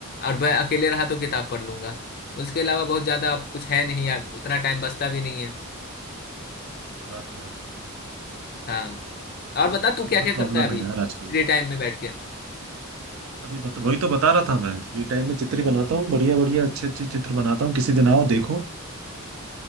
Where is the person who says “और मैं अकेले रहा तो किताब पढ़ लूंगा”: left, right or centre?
Left